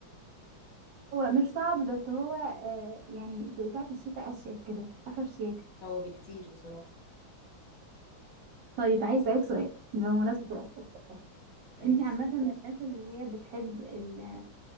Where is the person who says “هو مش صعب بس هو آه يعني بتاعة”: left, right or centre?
Right